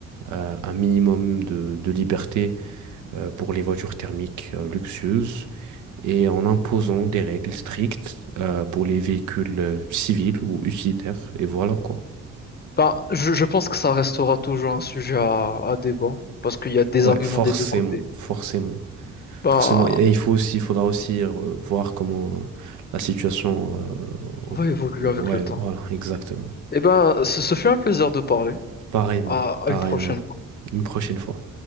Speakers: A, on the right; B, on the left.
A: euh, un minimum de, de liberté euh, pour les voitures thermiques euh, luxueuses et en imposant des règles strictes euh, pour les véhicules euh, civils ou utilitaires. Et voilà quoi.
B: Ben, je, je pense que ça restera toujours un sujet à, à débat parce qu'il y a des
A: Ouais,
B: arguments
A: forcément,
B: des deux côtés.
A: forcément.
B: Ben,
A: Forcément, et il faut aussi, il faudra aussi euh, voir comment euh, la situation.
B: on
A: euh,
B: va
A: en-
B: évoluer avec
A: Ouais,
B: le temps.
A: voilà, exactement.
B: Eh ben, ce, ce fut un plaisir de parler.
A: Pareillement,
B: à à
A: pareillement.
B: une prochaine fois.
A: Une prochaine fois.